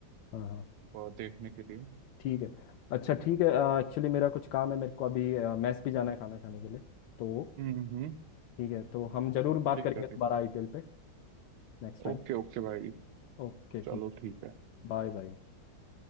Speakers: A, on the left; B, on the right.
A: हाँ हाँ
B: और देखने के लिए
A: ठीक है अच्छा ठीक है एक्चुअली मेरा कुछ काम है मेरे को अभी मैस भी जाना है खाना खाने के लिए तो
B: हम्म हम्म
A: ठीक है तो हम जरूर बात
B: ठीक
A: करेंगे
B: है
A: दोबारा
B: ठीक है
A: आईपीएल पे नेक्स्ट टाइम
B: ओके ओके भाई
A: ओके
B: चलो
A: ठीक
B: ठीक है
A: Bye bye